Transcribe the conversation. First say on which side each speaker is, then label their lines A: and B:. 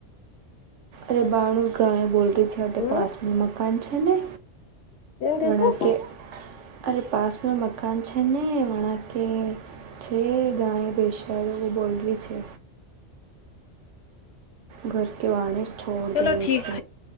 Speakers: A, on the right; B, on the left.
A: અરે બાણું ક એ બોલ ર છે આપે
B: હમ
A: પાસ ન મકાન છે ને
B: એમ થ
A: વણા
B: છું
A: કે અરે પાસમાં મકાન છે ને વણા કે, છે ગાાય પેશરની બોલવી છે ઘર કે વાને છોડ
B: ચલો
A: દેવે
B: ઠીક
A: છે